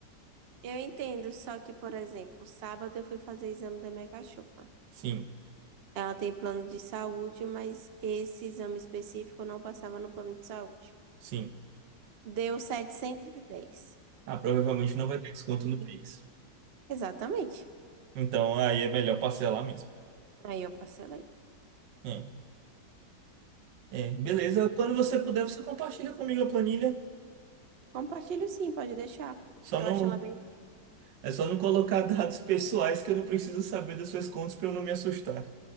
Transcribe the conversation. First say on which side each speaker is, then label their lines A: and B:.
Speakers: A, on the right; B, on the right.
A: Eu entendo, só que, por exemplo, sábado eu fui fazer exame da minha cachorra.
B: Sim,
A: Ela tem plano de saúde, mas esse exame específico não passava no plano de saúde.
B: sim.
A: Deu 710.
B: Ah, provavelmente não vai ter desconto
A: Sim.
B: no Pix.
A: Exatamente.
B: Então aí é melhor parcelar mesmo.
A: Aí eu parcelei.
B: É. É, beleza. Quando você puder, você compartilha comigo a planilha.
A: Compartilho sim, pode deixar.
B: Só
A: Eu
B: não,
A: acho ela bem
B: é só não colocar <laughs> dados pessoais que eu não preciso saber das suas contas para eu não me assustar.